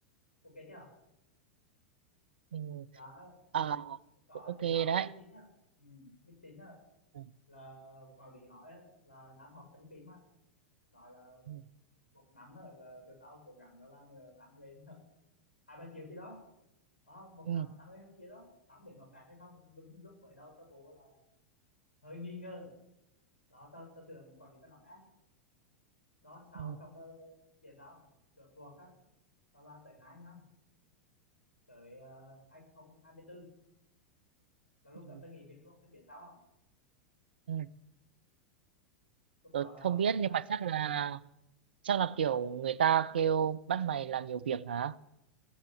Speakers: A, on the left; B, on the right.
A: ok chưa
B: ừ.
A: là
B: À,
A: lúc đó
B: cũng ok
A: tụi tao
B: đấy.
A: biết tính á ừ, biết tính á
B: Ừ.
A: là quản lý nói á, là đang họp trong team á nói là
B: ừ,
A: một năm á, là tụi tao cố gắng là làm ờ, tăng lên <laughs> hai ba triệu chứ đó Ờ, một
B: ừ,
A: năm tăng lên 20 triệu đó tao không biết nộp phạt hay không lúc, lúc mới đầu tao vô là hơi nghi ngờ đó tao tao tưởng quản lý tao nộp phạt đó sau
B: ừ,
A: xong ờ, biết sao không rượt cuộc á tao làm tới 2 năm tới uh, 2024 là lúc
B: ừ.
A: đó tao nghỉ việc luôn phải biết sao không
B: ừ.
A: lúc
B: Tôi
A: đó là
B: không
A: ổng
B: biết nhưng
A: á,
B: mà chắc là
A: ừ,
B: chắc là kiểu người ta kêu bắt mày làm nhiều việc hả?